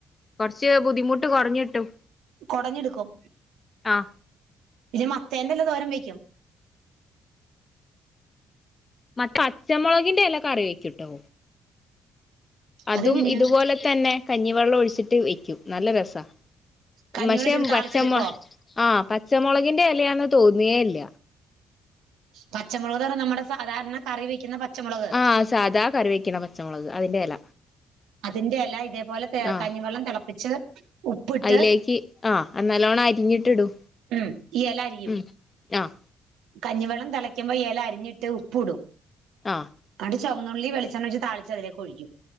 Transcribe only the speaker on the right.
കൊടഞ്ഞ്ടുക്കും
പിന്നെ മത്തേന്റെല തോരൻ വെക്കും
അതെങ്ങനെയാ
കഞ്ഞിവെള്ളൊഴിച്ചിട്ട്
താളിച്ചെടുക്കോ
പച്ചമുളക് പറഞ്ഞ നമ്മുടെ സാധാരണ കറി വെക്കുന്ന പച്ചമുളക്
അതിന്റെ എല ഇതേപോലെ തെ
കഞ്ഞിവെള്ളം തിളപ്പിച്ച് ഉപ്പിട്ട്
ഉം ഈ എല അരിയും
കഞ്ഞിവെള്ളം തിളയ്ക്കുമ്പോ ഈ എല അരിഞ്ഞിട്ട് ഉപ്പ് ഇടും
പട് ചൊവുന്നുള്ളി വെളിച്ചെണ്ണ വെച്ച് താളിച്ച് അതിലേക്ക് ഒഴിക്കും